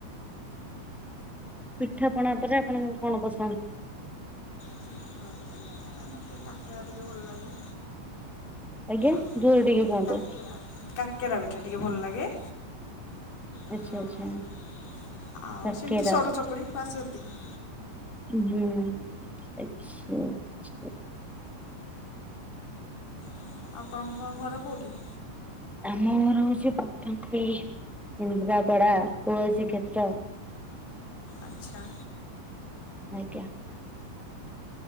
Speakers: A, in the centre; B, on the left.
A: ପିଠା ପଣା ଉପରେ ଆପଣଙ୍କୁ କ'ଣ ପସନ୍ଦ?
B: ପିଠା ବୋଲି ମତେ କାକେରା ଟିକେ ଭଲ ଲାଗେ।
A: ଆଜ୍ଞା,
B: ଆଉ
A: ଜୋରରେ ଟିକେ କୁହନ୍ତୁ।
B: କାକେରା କାକେରା ପିଠା ଟିକି ଭଲ ଲାଗେ।
A: ଆଚ୍ଛା
B: ଆଉ
A: ଆଚ୍ଛା
B: ଆଉ
A: କାକେରା
B: ସେମିତି ସରୁ ଚକୁଳି ବାସ ଏତିକି।
A: ଉଁହୁଁ, ଆଛା, ଆଛା।
B: ଆଉ ଆପଣଙ୍କ ଘର କେଉଁଠି?
A: ଆମ ଘର ହଉଛି ପଟ୍ଟାମୁଣ୍ଡେଇ। କେନ୍ଦ୍ରାପଡା ତୁଳଶୀ କ୍ଷେତ୍ର।
B: ଆଚ୍ଛା।
A: ଆଜ୍ଞା।